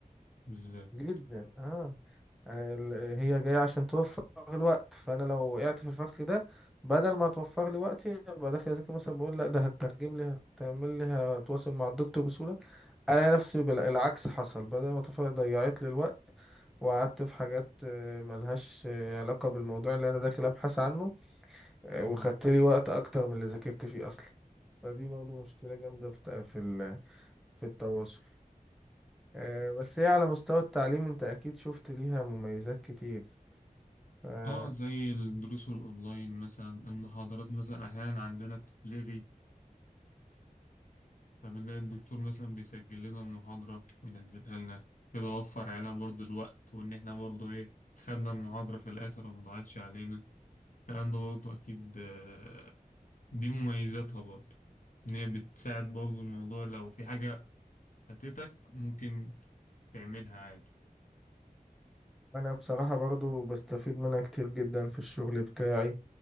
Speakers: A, on the left; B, in the centre.
A: بالذات
B: جدا اه يعني ال- هي جاية عشان توفر الوقت فأنا لو وقعت في الفخ ده بدل ما توفر لي وقتي يبقى داخل أذاكر مثلا بقول لأ ده هترجم لي هتعمل لي هتواصل مع الدكتور بسهولة ألاقي نفسي بال- العكس حصل بدل ما توفر ضيعت لي الوقت وقعدت في حاجات آه، ملهاش آه، علاقة بالموضوع اللي أنا داخل أبحث عنه آه، وخدت
A: امم
B: لي وقت أكتر من اللي ذاكرت فيه أصلا فدي برضه مشكلة جامدة في الت- في ال- في التواصل آه، بس هي على مستوى التعليم أنت أكيد شفت ليها مميزات كتير آه،
A: اه زي الدروس الأونلاين مثلا المحاضرات مثلا أحيانا عندنا بتتلغي فبنلاقي الدكتور مثلا بيسجل لنا المحاضرة وينزلها لنا كده وفر علينا برضه الوقت وإن إحنا برضه إيه خدنا المحاضرة في الآخر ومضيعتش علينا الكلام ده برضه أكيد آه، دي مميزاتها برضه إن هي بتساعد برضه الموضوع لو في حاجة فاتتك ممكن تعملها عادي
B: انا بصراحة برضو بستفيد منها كتير جدا في الشغل بتاعي